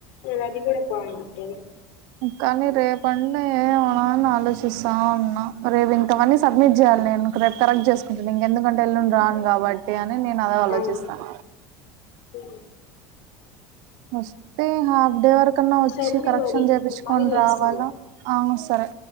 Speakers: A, on the left; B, on the right.
A: నేను అది కూడా పాయింట్
B: కానీ రేపంటే ఏమన అని ఆలోచిస్తా ఉన్నా రేపింక అవన్నీ సబ్మిట్ జేయాలి నేను రేపు కరెక్ట్ చేసుకుంటాను ఇంకెందుకంటే ఎల్లుండి రాన్ గాబట్టి అని నేను అదే ఆలోచిస్తన్న
A: అవును హ్మ్.
B: వొస్తే హాఫ్ డే వరక్ కన్న వొచ్చి
A: సర్లే
B: కరెక్షన్
A: మరి
B: టేపించ్చుకొన్
A: నేను మళ్ళీ చేస్తాను
B: రావల్ల అవునుస్ తరు